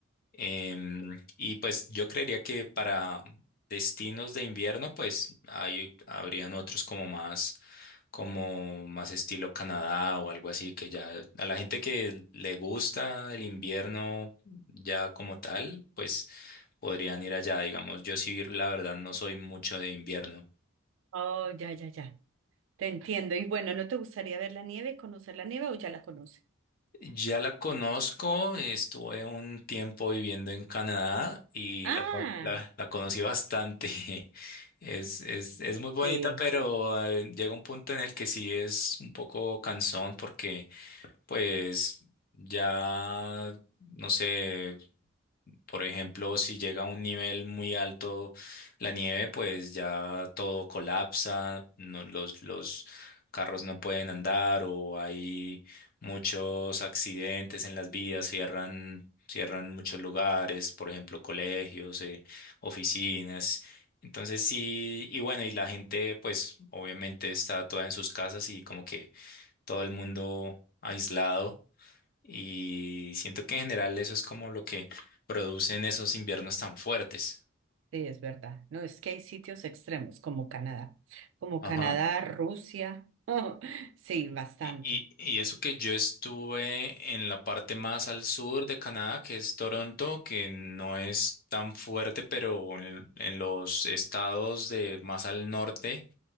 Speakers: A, on the left (about 45°); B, on the right (about 65°).
A: Em, y pues yo creería que para destinos de invierno, pues ahí habrían otros como más, como más estilo Canadá o algo así, que ya a la gente que le gusta el invierno ya como tal, pues podrían ir allá, digamos. Yo sí, la verdad, no soy mucho de invierno.
B: Oh, ya, ya, ya. Te entiendo. Y bueno, ¿no te gustaría ver la nieve, conocer la nieve o ya la conoces?
A: Ya la conozco, estuve un tiempo viviendo en Canadá y
B: Ah,
A: la, con- la, la conocí bastante. <laughs> Es, es, es muy bonita,
B: sí,
A: pero eh, llega un punto en el que sí es un poco cansón porque pues ya, no sé. Por ejemplo, si llega a un nivel muy alto la nieve, pues ya todo colapsa, no- los, los carros no pueden andar o hay muchos accidentes en las vías, cierran, cierran muchos lugares, por ejemplo, colegios, eh, oficinas. Entonces sí, y bueno, y la gente pues obviamente está toda en sus casas y como que todo el mundo aislado. Y siento que en general eso es como lo que producen esos inviernos tan fuertes.
B: sí, es verdad. No, es que hay sitios extremos como Canadá, como
A: Ajá.
B: Canadá, Rusia. <laughs> sí, bastante.
A: Y, y, y eso que yo estuve en la parte más al sur de Canadá, que es Toronto, que no es tan fuerte, pero en, en los estados de más al norte.